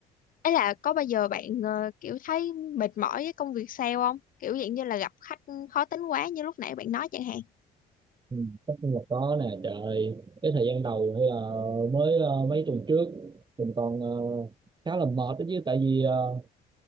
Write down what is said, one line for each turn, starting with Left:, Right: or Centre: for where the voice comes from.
Left: ấy là có bao giờ bạn ờ, kiểu thấy mệt mỏi với công việc sale không? Kiểu dạng như là gặp khách khó tính quá như lúc nãy bạn nói chẳng hạn.
Right: ừ, tất nhiên là có nè trời cái thời gian đầu hay là mới ờ, mấy tuần trước mình còn ờ, khá là mệt đó chứ tại vì ờ,